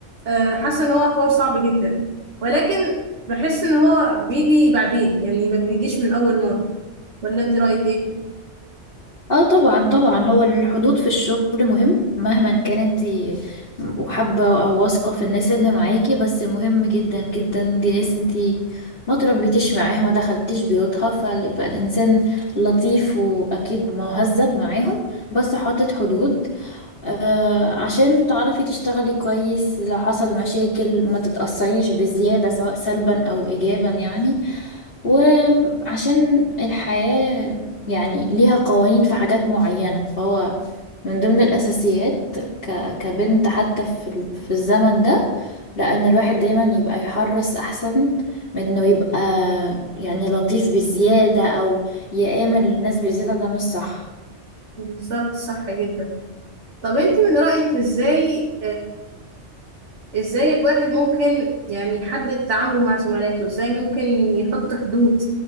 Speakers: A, on the right (about 75°); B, on the left (about 50°).
A: آه، حاسه ان هو حوار صعب جدا ولكن بحس ان هو بيجي بعدين يعني ما بيجيش من اول مره ولا انت رايك ايه
B: اه طبعا طبعا هو الحدود في الشغل مهم مهما كان انت وحابة او واثقة في الناس اللي معاكي بس مهم جدا جدا دي ناس انت ما تربيتيش معاها ما دخلتيش بيوتها فيبقى الانسان لطيف واكيد مهذب معاهم بس حاطط حدود آه عشان تعرفي تشتغلي كويس لو حصل مشاكل ما تتأثريش بزيادة سواء سلبا او ايجابا يعني وعشان الحياة يعني ليها قوانين في حاجات معينة فهو من ضمن الأساسيات ك... كبنت حتى في, ال... في الزمن ده لأن الواحد دايما يبقى يحرص أحسن من إنه يبقى يعني لطيف بزيادة أو يآمن للناس بزيادة ده مش صح
A: بالظبط صح جدا طب انت من رايك ازاي ازاي الواحد ممكن يعني يحدد تعامله مع زملاته ازاي ممكن يحط حدود